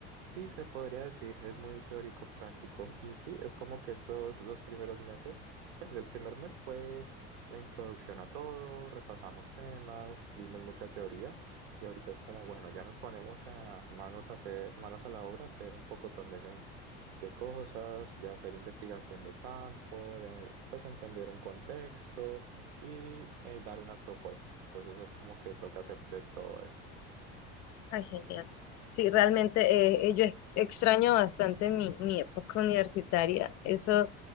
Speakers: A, on the right; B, on the left.
A: Sí, se podría decir, es muy teórico práctico. Y sí, es como que estos dos primeros meses, pues el primer mes fue la introducción a todo, repasamos temas, vimos mucha teoría. Y ahorita es como, bueno, ya nos ponemos a manos a hacer, manos a la obra, a hacer un pocotón de, de cosas, de hacer investigación de campo, de pues entender un contexto y eh, dar una propuesta. Entonces es como que toca hacer de todo eso.
B: Ay, genial. Sí, realmente eh, eh, yo ex- extraño bastante mi, mi época universitaria. Eso,